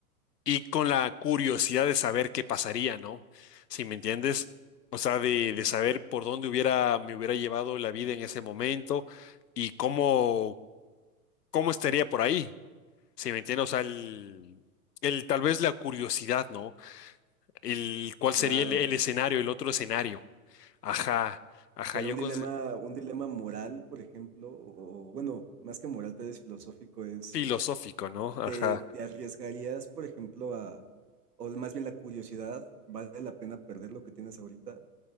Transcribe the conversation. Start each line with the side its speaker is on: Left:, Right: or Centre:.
Left: y con la curiosidad de saber qué pasaría, ¿no? Si me entiendes, o sea, de, de saber por dónde hubiera, me hubiera llevado la vida en ese momento y cómo, cómo estaría por ahí, si me entiendes, o sea, el, el- tal vez la curiosidad, ¿no? El cuál sería
Right: Claro,
Left: el, el escenario, el otro escenario. Ajá, ajá,
Right: Pero
Left: yo
Right: un dilema,
Left: con,
Right: un dilema moral, por ejemplo, o bueno, más que moral, tal vez filosófico, es,
Left: filosófico, ¿no? Ajá.
Right: ¿te, te arriesgarías, por ejemplo, a, o más bien la curiosidad, ¿vale la pena perder lo que tienes ahorita?